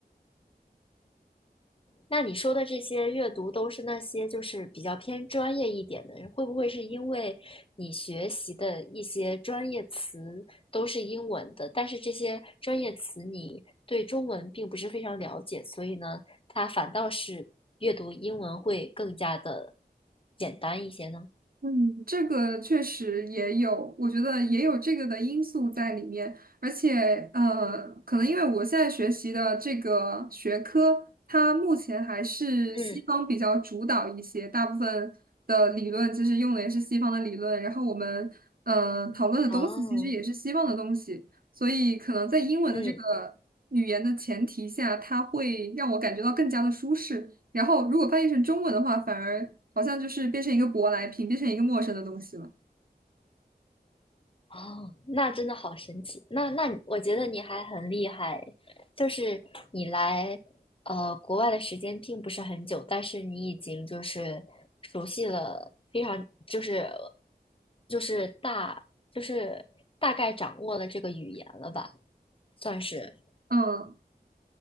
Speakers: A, on the left (about 35°); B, on the right (about 60°).
A: 那你说的这些阅读都是那些就是比较偏专业一点的，人，会不会是因为你学习的一些专业词都是英文的，但是这些专业词你对中文并不是非常了解，所以呢，它反倒是阅读英文会更加的简单一些呢？
B: 嗯，这个确实也有，我觉得也有这个的因素在里面，而且呃，可能因为我现在学习的这个学科，它目前还是西方比较主导一些，
A: 嗯
B: 大部分的理论其实用的也是西方的理论，然后我们呃讨论的东西其实也是西方的东西，
A: 哦，
B: 所以可能在英文的这个语言的前提下，
A: 嗯。
B: 它会让我感觉到更加的舒适。然后如果翻译成中文的话，反而好像就是变成一个舶来品，变成一个陌生的东西了。
A: 哦，那真的好神奇。那那我觉得你还很厉害，就是你来呃国外的时间并不是很久，但是你已经就是熟悉了非常就是就是大就是大概掌握了这个语言了吧，算是。
B: 嗯，